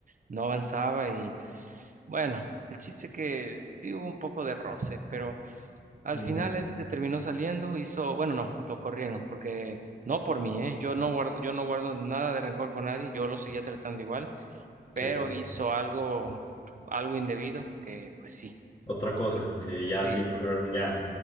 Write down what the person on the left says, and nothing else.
Ujú,
ok.
Otra
cosa
que ya
dijeron, ya,